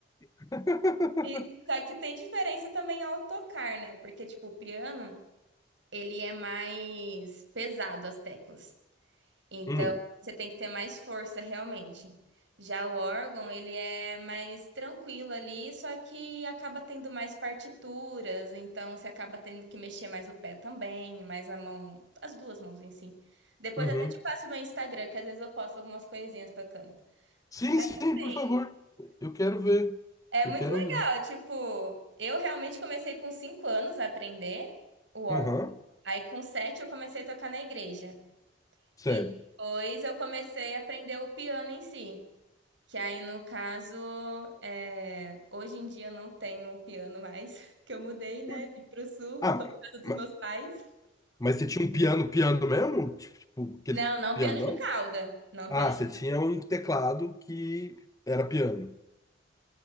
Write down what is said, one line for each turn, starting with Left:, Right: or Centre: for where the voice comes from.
Left: <laughs>
Right: E só que tem diferença também ao tocar, né? Porque tipo, o piano, ele é mais pesado as teclas. Então,
Left: Hum,
Right: você tem que ter mais força realmente. Já o órgão, ele é mais tranquilo ali, só que acaba tendo mais partituras, então você acaba tendo que mexer mais o pé também, mais a mão, as duas mãos em si. Depois
Left: uhum.
Right: até te passo o meu Instagram, que às vezes eu posto algumas coisinhas tocando.
Left: Sim,
Right: Mas
Left: sim,
Right: assim,
Left: por favor. Eu quero ver.
Right: é muito
Left: Eu quero
Right: legal,
Left: ver.
Right: tipo, eu realmente comecei com cinco anos a aprender o órgão.
Left: Aham,
Right: Aí com sete eu comecei a tocar na igreja.
Left: certo.
Right: E depois eu comecei a aprender o piano em si. Que aí, no caso, é, hoje em dia eu não tenho o piano mais, <laughs> que eu mudei, né?
Left: Hum,
Right: Vim pro sul,
Left: Ah,
Right: ficou na casa dos
Left: ma-
Right: meus pais.
Left: mas você tinha um piano, piano mesmo? Tipo, tipo, aquele
Right: Não, não
Left: piano
Right: piano
Left: não?
Right: de cauda. Não
Left: Ah,
Right: piano de...
Left: você tinha um teclado que era piano.